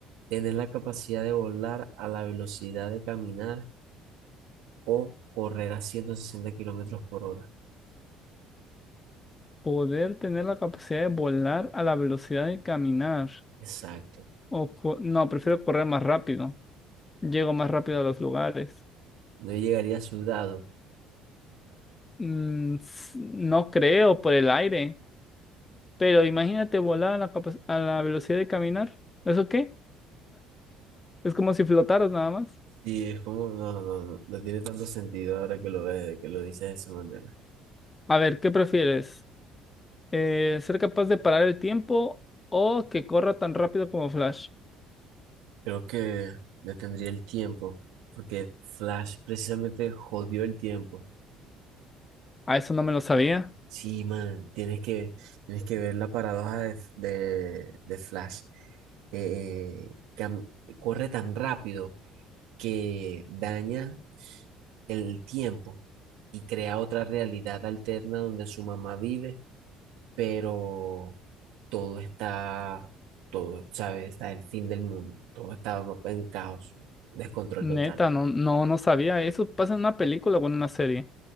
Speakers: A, on the right; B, on the left.
A: Tener la capacidad de volar a la velocidad de caminar o correr a 160 kilómetros por hora.
B: Poder tener la capacidad de volar a la velocidad de caminar.
A: Exacto.
B: O co- no, prefiero correr más rápido. Llego más rápido a los lugares.
A: No llegaría sudado.
B: Mm, s- no creo por el aire. Pero imagínate volar a la, capac- a la velocidad de caminar. ¿Eso qué? Es como si flotaras nada más.
A: Y es como, no, no, no, no tiene tanto sentido ahora que lo ves, que lo dices de esa manera.
B: A ver, ¿qué prefieres? Eh, ¿ser capaz de parar el tiempo o que corra tan rápido como Flash?
A: Creo que detendría el tiempo, porque Flash precisamente jodió el tiempo.
B: A eso no me lo sabía.
A: Sí, man, tienes que, tienes que ver la paradoja de, de, de Flash. Eh, cam- corre tan rápido que daña el tiempo y crea otra realidad alterna donde su mamá vive, pero todo está, todo, ¿sabes? Está el fin del mundo, todo está en caos, descontrol
B: Neta,
A: total.
B: no, no, no sabía. Eso pasa en una película o en una serie.